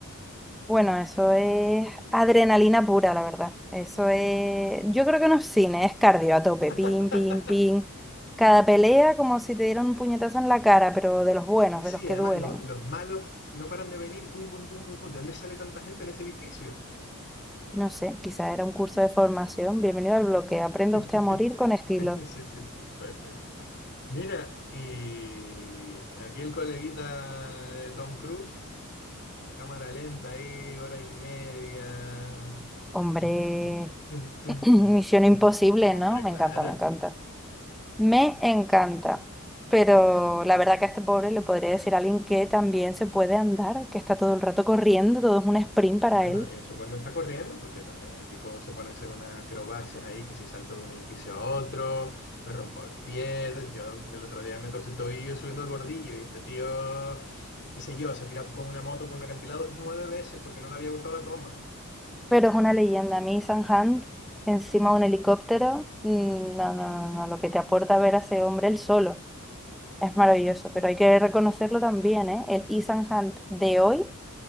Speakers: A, in the centre; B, on the left.
A: Bueno, eso es adrenalina pura, la verdad. Eso es, yo creo que no es cine, es cardio a tope,
B: <laughs>
A: pin, pin, pin. Cada pelea como si te dieran un puñetazo en la cara, pero de los buenos,
B: Sí, sí,
A: de los que
B: además
A: duelen.
B: los, los malos no paran de venir, pum, pum, pum, pum, pum. ¿De dónde sale tanta gente en ese edificio?
A: No sé, quizás era un curso de formación. Bienvenido al bloque. Aprenda
B: <laughs>
A: usted a morir con estilo.
B: Sí, sí, sí, puede ser. Mira, y aquí el coleguita de Tom Cruise, la cámara lenta ahí, hora y media.
A: Hombre,
B: Tun, tun, tun, tun,
A: <clears throat> misión
B: tun,
A: imposible,
B: tun. Hombre,
A: ¿no? Me
B: claro.
A: encanta, me encanta. Me encanta. Pero la verdad que a este pobre le podría decir a alguien que también se puede andar, que está todo el rato corriendo, todo es un sprint para
B: Bueno,
A: él.
B: y eso cuando está corriendo, porque también el tipo se pone a hacer unas acrobacias ahí, que si salto de un edificio a otro, me rompo el pie, yo el otro día me torcí el tobillo subiendo el bordillo y este tío, qué sé yo, se tira con una moto por un acantilado nueve veces porque no le había gustado la toma.
A: Pero es una leyenda. A mí, Hunt, encima de un helicóptero, mm, no, no, no, no, lo que te aporta ver a ese hombre él solo es maravilloso. Pero hay que reconocerlo también, ¿eh? El Ethan Hunt de hoy